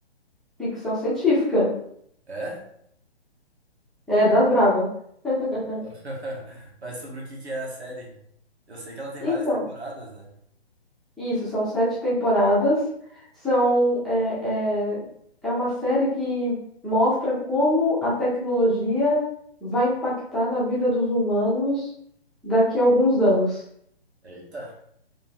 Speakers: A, in the centre; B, on the right.
A: ficção científica.
B: É?
A: É, das brava. <laughs>
B: <laughs> Mas sobre o que que é a série? Eu sei que ela tem
A: Então.
B: várias temporadas, né?
A: Isso, são sete temporadas. São, é, é, é uma série que mostra como a tecnologia vai impactar na vida dos humanos daqui a alguns anos.
B: Eita.